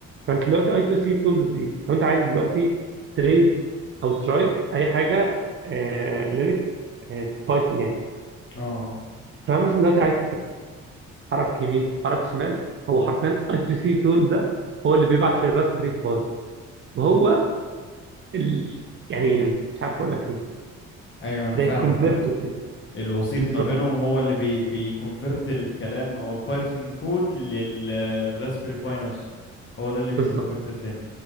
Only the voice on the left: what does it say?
اه اه
مم.
ايوه انا فاهمك
الوسيط
ما بينهم هو اللي بي بيكونفرت الكلام او البايثون كود لل للراسبيري باي نفسه هو ده اللي بيكونفرت
الدنيا